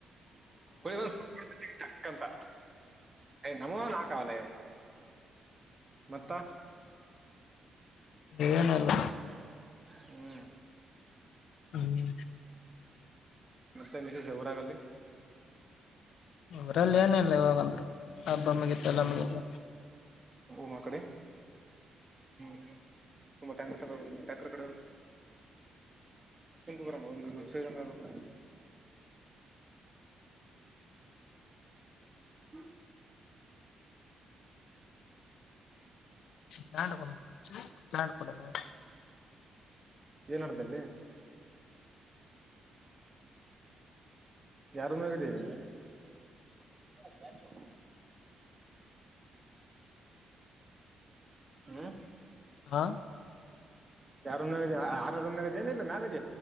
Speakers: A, on the right; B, on the left.
A: ಕೊಯಕ್ಕಂತ ಏ್ ನಮನ್ ಆಕಾವಾಲ ಮತ್ತ
B: ದೇವನಲ್ಲ
A: ಹ್ಮ್
B: ಹ್ಮ
A: ಮತ್ತೆ ನಿಶಿಸಿ ಊರಾಗಲ್ಲಿ
B: ಅವ್ರ ಅಲ್ಲಿ ಏನ ಇಲ್ಲ ಇವಾಗಂದ್ರು ಹಬ್ಬ ಮಿಗತ್ತು ಎಲ್ಲ
A: ಹ್ಮ್
B: ಮುಗತ್ತು
A: ಉಮಾ ಕಡೆ ಹ್ಮ್ ತುಂಬಾ ಟ್ಯಾಕ್ರ ತಗೊಂಡಬ ಟ್ಯಾಂಕ್ರ ಕು ಬರಂಗ ಆಗುತ್ತ <unintelligible> ಹ್ಮ
B: ಚ ಕೊಡ ಚನ್ನ ಕೊಡ ಮ
A: ಏನಡ್ದಲ್ಲಿ ಯಾರ ಮಗಿದ್ದೀವಿ ಹ ಹ್ಮ
B: ಹಾ
A: ಯಾರ ಆ ಏನಿಲ್ಲ ಮ್ಯಾಗದ